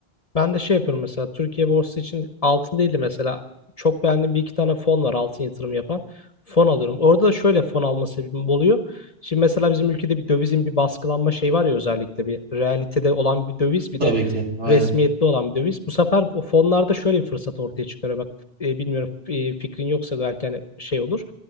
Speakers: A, on the left; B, on the right.
A: Ben de şey yapıyorum mesela Türkiye borsası için altın değil de mesela çok beğendiğim bir iki tane fon var altın yatırım yapan. Fon alıyorum. Orada da şöyle fon alma sebebim oluyor. Şimdi mesela bizim ülkede bir dövizin bir baskılanma şeyi var ya özellikle bir realitede olan bir döviz bir
B: Tabii
A: de
B: ki. Aynen.
A: resmiyetli olan bir döviz. Bu sefer o fonlarda şöyle bir fırsat ortaya çıkıyor. Bak e, bilmiyorum e, fikrin yoksa belki hani şey olur.